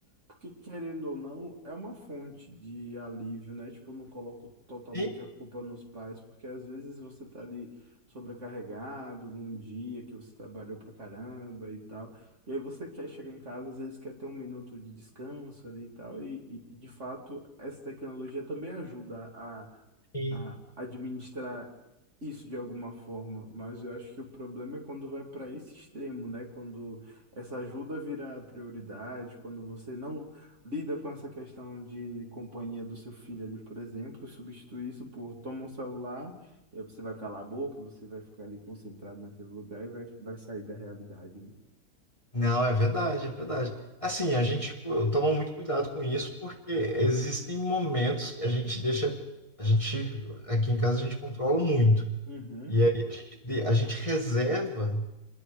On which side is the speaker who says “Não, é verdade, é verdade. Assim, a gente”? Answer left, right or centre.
Left